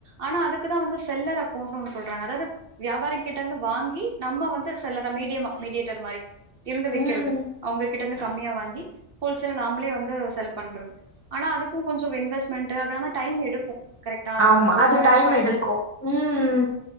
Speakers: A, on the right; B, on the left.
A: ஆனா அதுக்குதா வந்து செல்லர் அக்கௌண்ட் ஒன்னு சொல்றாங்க அதாவது வியாபாரி கிட்ட இருந்து வாங்கி நம்ம வந்து செலற மீடியமா மீடியேட்டர் மாரி இருந்து விக்குறது
B: ம்
A: அவுங்க கிட்ட இருந்து கம்மியா வாங்கி ஹோல்சேல நாமளே வந்து செல் பண்றது ஆனா அதுக்கு கொஞ்சோ இன்வெஸ்ட்மெண்ட்டு அது ஆனா டைம் எடுக்கு கரெக்டா அத
B: ஆமா
A: நம்ம ஒழுங்கா
B: அது
A: இது
B: டைம்
A: பண்ணி
B: எடுக்கு ம்